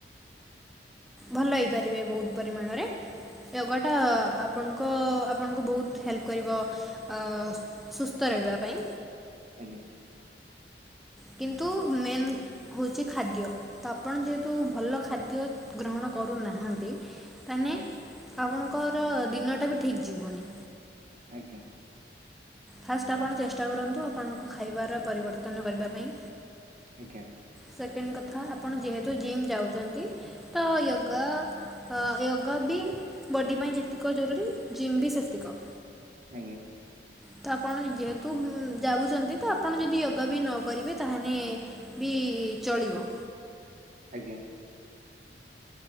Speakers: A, in the centre; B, on the right.
A: ଭଲ ହେଇପାରିବେ ବହୁତ ପରିମାଣରେ। ୟୋଗାଟା ଆପଣଙ୍କ ଆପଣଙ୍କୁ ବହୁତ ହେଲ୍ପ କରିବ। ଅ ସୁସ୍ଥ ରହିବା ପାଇଁ
B: ଆଜ୍ଞା।
A: କିନ୍ତୁ ମେନ୍ ହଉଛି ଖାଦ୍ୟ ତ ଆପଣ ଯେହେତୁ ଭଲ ଖାଦ୍ୟ ଗ୍ରହଣ କରୁନାହାନ୍ତି। ତାନେ
B: ଆଜ୍ଞା
A: ଆପଣଙ୍କର ଦିନଟା ବି ଠିକ୍ ଯିବନି।
B: ଆଜ୍ଞା।
A: ଫାଷ୍ଟ ଆପଣ ଚେଷ୍ଟା କରନ୍ତୁ ଆପଣଙ୍କ ଖାଇବାର ପରିବର୍ତ୍ତନ କରିବା ପାଇଁ।
B: ଆଜ୍ଞା।
A: ସେକେଣ୍ଡ କଥା ଆପଣ ଯେହେତୁ ଜିମ୍ ଯାଉଛନ୍ତି ତ ୟୋଗା ୟୋଗା ବି ବଡ଼ି ପାଇଁ ଯେତିକ ଜରୁରୀ ଜିମ୍ ବି ସେତିକ।
B: ଆଜ୍ଞା।
A: ତ ଆପଣ ଯେତ ତୁ ଯାଉଛନ୍ତି ତ ଆପଣ ଯଦି ୟୋଗା ବି ନ କରିବେ ତାହେଲେ ବି ଚଳିବ।
B: ଆଜ୍ଞା।